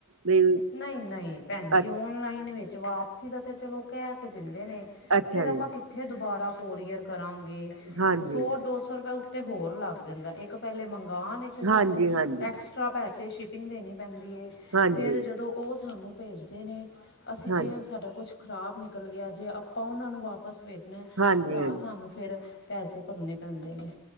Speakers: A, on the right (about 70°); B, on the left (about 55°).
A: ਵੀ
B: ਨਹੀਂ ਨਹੀਂ ਭੈਣ ਜੀ
A: ਅ
B: ਆਨਲਾਈਨ ਵਿੱਚ ਵਾਪਸੀ ਦਾ ਤੇ ਚਲੋ ਕਹਿ ਤੇ ਦਿੰਦੇ ਨੇ,
A: ਅੱਛਾ
B: ਫੇਰ ਆਪਾਂ
A: ਜੀ
B: ਕਿੱਥੇ ਦੁਬਾਰਾ ਕੋਰੀਅਰ ਕਰਾਂਗੇ
A: ਹਾਂਜੀ
B: ਸੌ ਦੋ ਸੌ ਰੁਪਏ, ਤੇ ਹੋਰ ਲੱਗ ਜਾਂਦਾ ਇੱਕ ਪਹਿਲੇ ਮੰਗਾਨ, 'ਸਾਨੂੰ
A: ਹਾਂਜੀ ਹਾਂਜੀ
B: ਐਕਸਟ੍ਰਰਾ ਪੈਸੇ ਸ਼ਿਪਿੰਗ ਦੇਣੀ ਪੈਂਦੀ ਏ
A: ਹਾਂਜੀ
B: ਫਿਰ ਜਦੋਂ ਓ ਸਾਨੂੰ ਪੇਜਦੇ ਨੇ ਅਸੀਂ
A: ਹਾਂ
B: ਜੇ ਸਾਡਾ ਕੁਛ ਖ਼ਰਾਬ ਨਿਕਲ ਗਿਆ ਜੇ ਆਪਾਂ ਉਨਾਂ ਨੂੰ ਵਾਪਸ ਪੇਜਣਾ
A: ਹਾਂਜੀ
B: ਤਾਂ
A: ਹਾਂਜੀ
B: ਸਾਨੂੰ ਫੇਰ ਪੈਸੇ ਪਰਨੇ ਪੈਂਦੇ ਨੇ